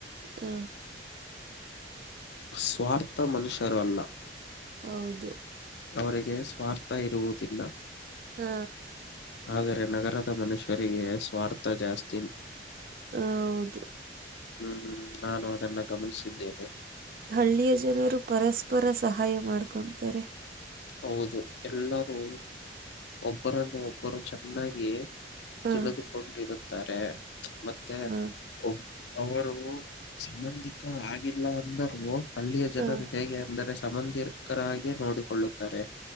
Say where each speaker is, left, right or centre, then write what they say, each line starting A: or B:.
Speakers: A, on the right; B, on the left.
A: ಹಾ
B: ಸ್ವಾರ್ಥ ಮನುಷ್ಯರು ಅಲ್ಲಾ
A: ಹೌದು
B: ಅವರಿಗೆ ಸ್ವಾರ್ಥ ಇರುವುದಿಲ್ಲಾ
A: ಹಾ
B: ಆದರೆ ನಗರದ ಮನುಷ್ಯರಿಗೆ ಸ್ವಾರ್ಥ ಜಾಸ್ತಿ
A: ಹ ಹೌದು
B: ಹ್ಮ್ ಹ್ಮ್ ನಾನು ಅದನ್ನ ಗಮನಿಸಿದ್ದೇನೆ
A: ಹಳ್ಳಿಯ ಜನರು ಪರಸ್ಪರ ಸಹಾಯ ಮಾಡ್ಕೊತಾರೆ
B: ಹೌದು ಎಲ್ಲರೂ ಒಬ್ಬರನ್ನು ಒಬ್ಬರು ಚೆನ್ನಾಗಿ
A: ಹ
B: ತಿಳಿದುಕೊಂಡಿರುತ್ತಾರೆ ಮತ್ತೆ
A: ಹ
B: ಒಬ್ ಅವರು ಸಂಬಂಧಿಕ ಆಗಿಲ್ಲ ಅಂದರು ಹಳ್ಳಿಯ ಜನರು
A: ಹ
B: ಹೇಗೆ ಅಂದರೆ ಸಮಂಧಿಕರಾಗಿ ನೋಡಿಕೊಳ್ಳು ತಾರೆ